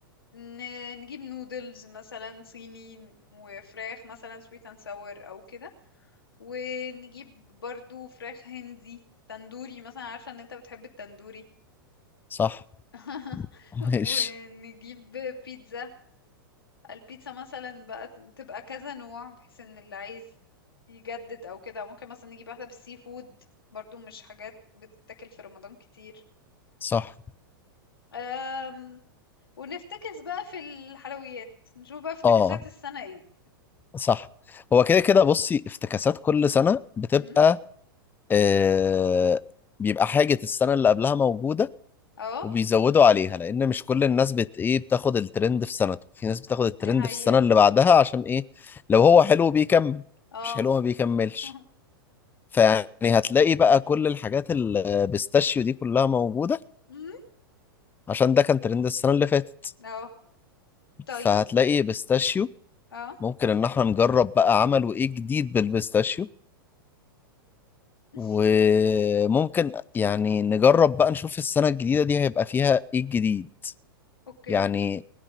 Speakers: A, on the left; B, on the left.
A: ن- نجيب نودلز مثلا صيني وفراخ مثلا سويت اند ساور او كده ونجيب برضو فراخ هندي تندوري مثلا عارفة ان انت بتحب التندوري
B: صح
A: <laughs>
B: <laughs> ماشي
A: ونجيب بيتزا البيتزا مثلا بقى تبقى كذا نوع بحيث ان اللي عايز يجدد او كده ممكن مثلا نجيب واحدة بالسي فود برضو مش حاجات بتتاكل في رمضان كتير
B: صح
A: أم ونفتكس بقى في الحلويات نشوف بقى افتكاسات
B: اه
A: السنة ايه
B: صح هو كده كده بصي افتكاسات كل سنة بتبقى
A: امم
B: آه، بيبقى حاجة السنة اللي قبلها موجودة
A: اه
B: وبيزودوا عليها لأن مش كل الناس بت إيه بتاخد الترند في سنته في ناس بتاخد الترند
A: دي حقيقة
B: في السنة اللي بعدها عشان إيه لو هو حلو بيكمل
A: اه
B: مش حلو ما بيكملش
A: <laughs>
B: فيعني هتلاقي بقى كل الحاجات البيستاشيو دي كلها موجودة
A: امم
B: عشان ده كان ترند السنة اللي فاتت
A: اه طيب
B: فهتلاقي بيستاشيو
A: اه
B: ممكن إن احنا نجرب بقى عملوا إيه جديد بالبيستاشيو
A: <laughs>
B: وممكن يعني نجرب بقى نشوف السنة الجديدة دي هيبقى فيها إيه الجديد
A: اوكي
B: يعني